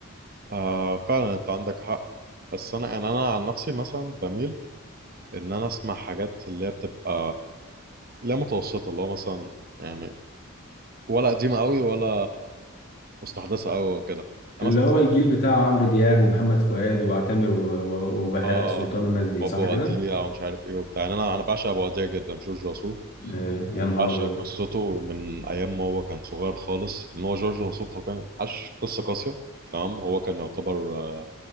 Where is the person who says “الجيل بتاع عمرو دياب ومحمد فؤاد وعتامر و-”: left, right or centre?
Left